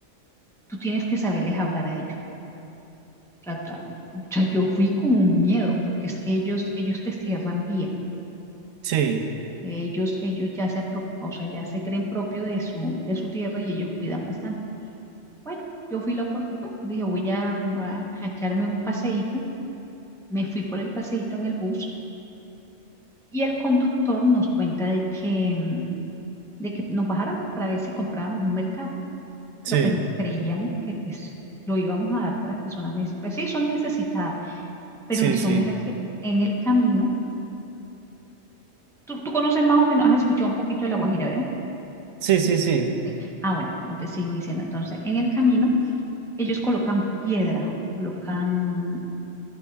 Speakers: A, in the centre; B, on the right (about 85°).
A: tú tienes que saberles hablar a ellos. O sea, ta- o sea, yo fui con un miedo, porque es que ellos, ellos te cierran vía.
B: Sí,
A: Ellos, ellos ya se, apro- o sea, ya se creen propio de su, de su tierra y ellos cuidan bastante. Bueno, yo fui la oportunidad, bueno, dije, voy a, voy a echarme un paseíto. Me fui por el paseíto en el bus Y el conductor nos cuenta de que, mm, de que nos bajáramos para ver si comprábamos un mercado,
B: sí,
A: pero pues creíamos que pues lo íbamos a dar para las personas, neces- pues sí, son necesitadas, pero
B: sí,
A: el son
B: sí,
A: era que en el camino, tú, tú conoces más o menos, has escuchado un poquito de La Guajira, ¿verdad?
B: sí, sí, sí.
A: Sí. Ah, bueno, entonces sigo diciendo, entonces en el camino ellos colocan piedras o colocan